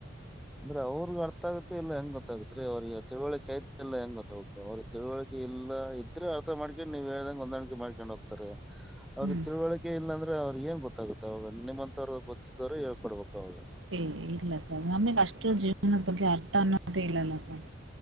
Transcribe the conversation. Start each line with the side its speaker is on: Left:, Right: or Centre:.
Centre: ಅಂದ್ರೆ ಅವ್ರಿಗ ಅರ್ಥ ಆಗತ್ತೆ ಇಲ್ಲಾ ಹೆಂಗ್ ಗೊತ್ತಾಗತ್ ರೀ ಅವ್ರಿಗೆ ತಿಳವಳಿಕಿ ಆಯತ್ ಇಲ್ಲ ಹೆಂಗ ಗೊತ್ತಾಗುತ್ತ ಅವ್ರರಗಿ ತಿಳುವಳಿಕೆ ಇಲ್ಲಾ ಇದ್ರೆ ಅರ್ಥ ಮಾಡ್ಕೊಂಡ್ ನೀವ್ ಹೇಳ್ದಂಗ ಹೊಂದಾಣಿಕೆ ಮಾಡ್ಕೊಂಡ್ ಹೋಗ್ತಾರ ರಿ ಅವ್ರಗೆ
Right: ಹ್ಮ್
Centre: ತಿಳುವಳಿಕೆ ಇಲ್ಲಾಂದ್ರೆ ಅವ್ರಿಗೆ ಏನ್ ಗೊತ್ತಾಗುತ್ತೆ ಅವಾಗ ನಿಮ್ಮಂತ ಅವ್ರ ಗೊತ್ತ ಇದವರೆ ಹೇಳ್ಕೊಡ್ಬೇಕು ಅವರ
Right: ಏ ಇಲ್ಲ ಸರ್ ನಮಗ್ ಅಷ್ಟು ಜೀವನದ ಬಗ್ಗೆ ಅರ್ಥ ಅನ್ನೋದೇ ಇಲ್ಲಲ್ಲ ಸರ್